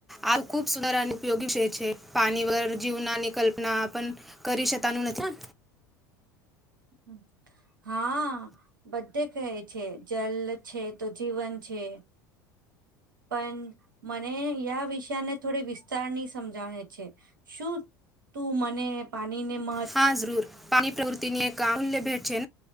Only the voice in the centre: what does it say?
આ ખૂબ સુદર અને ઉપયોગી શે છે પાણી વ જીવનાની કલ્પના પણ કરી શતાનું નથી
હા જરૂર પાણી પ્રવૃતિની એક અમલ્ય ભેટ છે.